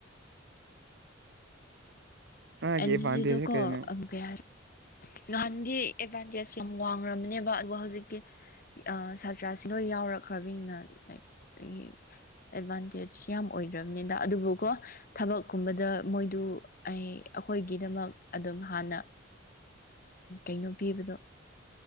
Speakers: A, on the right (about 60°); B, on the left (about 45°).
A: ꯃꯥꯒꯤ
B: ꯑꯦꯟ
A: ꯑꯦꯗꯚꯥꯟꯇꯦꯖꯁꯦ
B: ꯖꯤꯖꯤꯗꯣ ꯀꯣ
A: ꯀꯩꯅꯣ
B: ꯑꯪ ꯀꯌꯥꯔ ꯅꯍꯥꯟꯒꯤ ꯑꯦꯗꯚꯥꯟꯇꯦꯖ ꯌꯥꯝ ꯋꯥꯡꯈ꯭ꯔꯕꯅꯦꯕ ꯑꯗꯨꯒ ꯍꯧꯖꯤꯛꯀꯤ ꯁꯥꯇ꯭ꯔꯁꯤ ꯂꯣꯏ ꯌꯥꯎꯔꯛꯈ꯭ꯔꯕꯅꯤꯅ ꯂꯥꯏꯛ ꯑꯩꯒꯤ ꯑꯦꯗꯚꯥꯟꯇꯦꯖ ꯌꯥꯝ ꯑꯣꯏꯗ꯭ꯔꯕꯅꯤꯗ ꯑꯗꯨꯕꯨꯀꯣ ꯊꯕꯛꯀꯨꯝꯕꯗ ꯃꯣꯏꯗꯨ ꯑꯩ ꯑꯩꯈꯣꯏꯒꯤꯗꯃꯛ ꯑꯗꯨꯝ ꯍꯥꯟꯅ ꯀꯩꯅꯣ ꯄꯤꯕꯗꯣ